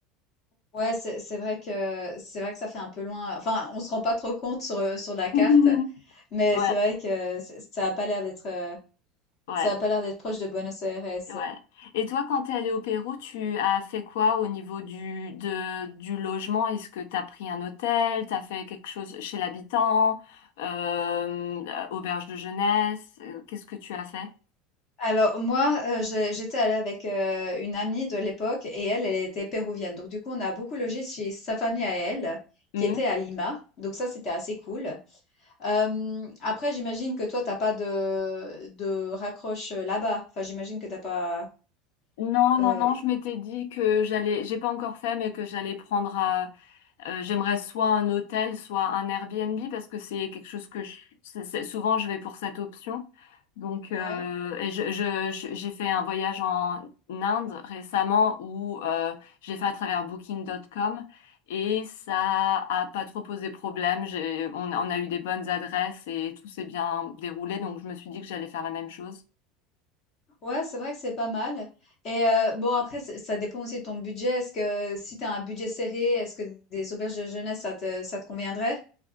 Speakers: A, on the left (about 40°); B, on the left (about 85°).
A: Ouais, c'est c'est vrai que c'est vrai que ça fait un peu loin. Enfin, on se rend pas trop compte sur, euh, sur la carte,
B: <laughs>
A: mais
B: Ouais,
A: c'est vrai que c- ça a pas l'air d'être euh,
B: ouais.
A: ça a pas l'air d'être proche de Buenos Aires.
B: Ouais. Et toi, quand t'es allé au Pérou, tu as fait quoi au niveau du, de, du logement? Est-ce que t'as pris un hôtel? T'as fait quelque chose chez l'habitant? Euh, euh, auberge de jeunesse? Euh, Qu'est-ce que tu as fait?
A: Alors moi, euh, je- j'étais allée avec euh, une amie de l'époque et elle, elle était péruvienne. Donc du coup, on a beaucoup logé chez sa famille à elle,
B: Hmm
A: qui était à Lima. Donc ça, c'était assez cool. Hem, après j'imagine que toi t'as pas de de raccroche, heu, là-bas? Enfin j'imagine que t'as pas,
B: Non,
A: heu
B: non, non, je m'étais dit que j'allais, j'ai pas encore fait, mais que j'allais prendre Euh, j'aimerais soit un hôtel, soit un Airbnb parce que c'est quelque chose que je, c'est- c'est- souvent je vais pour cette option. Donc,
A: ouais.
B: euh, et je, je- je- j'ai fait un voyage en Inde récemment où euh, j'ai fait à travers Booking.com et ça a pas trop posé problème. J'ai, on, on a eu des bonnes adresses et tout s'est bien déroulé. Donc, je me suis dit que j'allais faire la même chose.
A: Ouais, c'est vrai que c'est pas mal et heu, bon après ç ça dépend aussi de ton budget. Est-ce que si t'as un budget serré, est-ce que des auberges de jeunesse ça te ça te conviendrait?